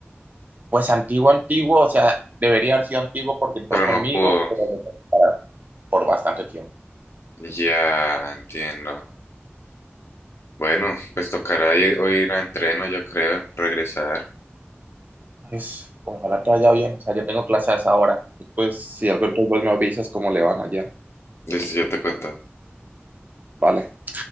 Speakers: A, on the right (about 40°); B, on the left (about 75°).
A: Pues antiguo, antiguo, o sea, debería haber sido antiguo porque entró
B: pero
A: conmigo,
B: no pudo.
A: pero lo tuve que parar por bastante tiempo.
B: Ya entiendo. Bueno, pues tocará ir, o ir a entreno, yo creo, regresar.
A: Pues, ojalá te vaya bien, o sea, yo tengo clases a esa hora. Pues, si algo entonces vos me avisas cómo le van allá.
B: Listo, yo te cuento.
A: vale